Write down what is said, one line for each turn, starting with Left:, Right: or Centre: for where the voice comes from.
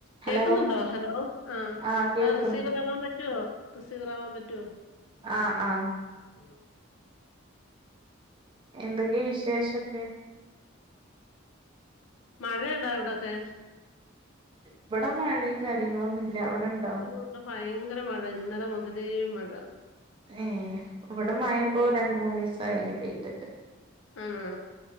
Right: ഹലോ
Left: കേക്ക്ന്നുണ്ടോ ഹലോ ആ
Right: ആഹ് കേൾക്കുന്നു
Left: എടാ റിസീവറാവാൻ പറ്റോ? റിസീവറാവാം പറ്റുവോ?
Right: ആഹ ആഹ
Left: <inaudible>
Right: എന്തെക്കെ വിശേഷൊക്കെ?
Left: മഴേടാ ഇവടൊക്കെ
Right: ഇവടെ മഴിം കാര്യങ്ങളൊന്നുല്ല്യ അവിടെണ്ടോ?
Left: ഓ ഇവടെ ഫയങ്കര മഴ ഇന്നലെ മുതലേ മഴ
Right: ഏഹേ ഇബടെ മഴപ്പൊ രണ്ട് മൂന്നീസായീണ് പെയ്ത്ട്ട്
Left: ആണോ?